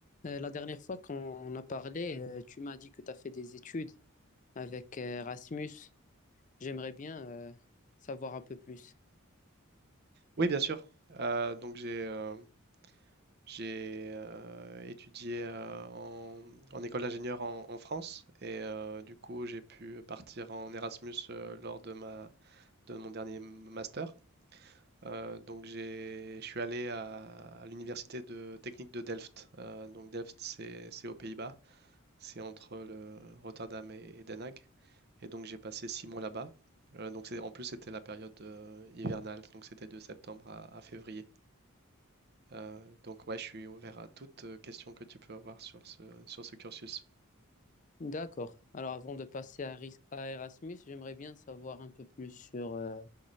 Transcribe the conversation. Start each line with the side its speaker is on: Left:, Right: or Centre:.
Left: Euh, la dernière fois qu'on a parlé, euh, tu m'as dit que tu as fait des études avec euh, Rasmus. J'aimerais bien euh, savoir un peu plus.
Right: Oui, bien sûr. Euh, donc j'ai euh, j'ai euh, étudié euh, en, en école d'ingénieur en, en France et euh, du coup j'ai pu partir en Erasmus euh, lors de ma de mon dernier master. Euh, donc j'ai je suis allé à, à l'université de technique de Delft. Euh, donc Delft c'est c'est aux Pays-Bas, c'est entre le Rotterdam et, et Den Haag. Et donc j'ai passé six mois là-bas. Euh, donc c'est en plus c'était la période euh, hivernale, donc c'était de septembre à à février. Euh, donc ouais, je suis ouvert à toute euh, question que tu peux avoir sur ce, sur ce cursus.
Left: D'accord. Alors avant de passer à, Ris- à Erasmus, j'aimerais bien savoir un peu plus sur euh,